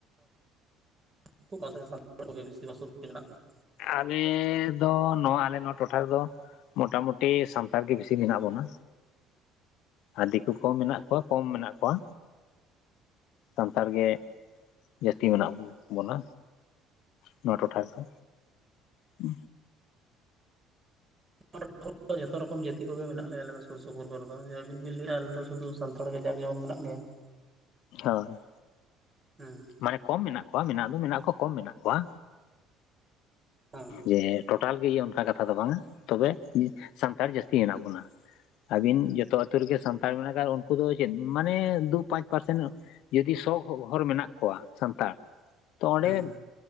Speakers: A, on the right; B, on the left.
A: <unintelligible>
B: ᱟᱞᱮ ᱫᱚ ᱱᱚᱣᱟ ᱟᱞᱮ ᱱᱚᱣᱟ ᱴᱚᱴᱷᱟ ᱨᱮᱫᱚᱼᱼ ᱢᱳᱴᱟᱢᱩᱴᱤ ᱥᱟᱱᱛᱟᱲ ᱜᱮ ᱵᱤᱥᱤ ᱢᱮᱱᱟᱜ ᱵᱚᱱᱟ᱾ ᱟᱨ ᱫᱤᱠᱩ ᱠᱚ ᱢᱮᱱᱟᱜ ᱠᱚᱣᱟ ᱠᱚᱢ ᱢᱮᱱᱟᱜ ᱠᱚᱣᱟ᱾ ᱥᱟᱱᱛᱟᱲ ᱜᱮ ᱡᱟᱹᱥᱛᱤ ᱢᱮᱱᱟᱜ ᱵᱚᱱᱟ᱾ ᱱᱚᱣᱟ ᱴᱚᱴᱷᱟ ᱨᱮᱫᱚ᱾ ᱷᱩ
A: <unintelligible> ᱡᱷᱚᱛᱚ ᱨᱚᱠᱚᱢ ᱡᱟᱹᱛᱤ ᱠᱚᱜᱮ ᱢᱮᱱᱟᱜ ᱞᱮᱭᱟ ᱟᱞᱮᱫᱚ ᱥᱩᱨ ᱥᱩᱯᱩᱨ ᱠᱚᱨᱮ ᱫᱚ ᱡᱮ ᱟᱹᱵᱤᱱ ᱵᱮᱱ ᱞᱟᱹᱭᱼᱮᱭᱟ ᱟᱞᱮ ᱫᱚ ᱥᱩᱫᱩ ᱥᱟᱱᱛᱟᱲ ᱜᱮ ᱡᱟᱠ ᱡᱚᱢᱚᱠ ᱢᱮᱱᱟᱜ ᱞᱮᱭᱟ᱾ <inaudible>
B: ᱦᱳᱭ᱾
A: ᱦᱮᱸ
B: ᱢᱟᱱᱮ ᱠᱚᱢ ᱢᱮᱱᱟᱜ ᱠᱚᱣᱟ ᱢᱮᱱᱟᱜ ᱫᱚ ᱢᱮᱱᱟᱜ ᱠᱚᱣᱟ ᱠᱚᱢ ᱢᱮᱱᱟᱜ ᱠᱚᱣᱟ
A: ᱦᱮᱸ
B: ᱡᱮᱼᱼ ᱴᱳᱴᱟᱞ ᱜᱮ ᱤᱭᱟᱹ ᱚᱱᱠᱟ ᱠᱟᱛᱷᱟ ᱫᱚ ᱵᱟᱝᱼᱟ ᱛᱚᱵᱮ ᱥᱟᱱᱛᱟᱲ ᱡᱟᱹᱥᱛᱤ ᱦᱮᱱᱟᱜ ᱵᱚᱱᱟ᱾ ᱟᱹᱵᱤᱱ ᱡᱚᱛᱚ ᱟᱛᱳ ᱨᱮᱜᱮ ᱥᱟᱱᱛᱟᱲ ᱢᱮᱱᱟᱜ ᱟᱠᱟᱫ ᱩᱱᱠᱩ ᱫᱚ ᱪᱮᱫ ᱢᱟᱱᱮ ᱫᱩ ᱯᱟᱸᱪ ᱯᱟᱨᱥᱮᱱᱼᱼ ᱡᱩᱫᱤ ᱥᱚ ᱜᱷᱚᱨ ᱢᱮᱱᱟᱜ ᱠᱚᱣᱟ ᱥᱟᱱᱛᱟᱲ ᱛᱚ ᱚᱸᱰᱮᱼᱼ
A: ᱦᱮᱸ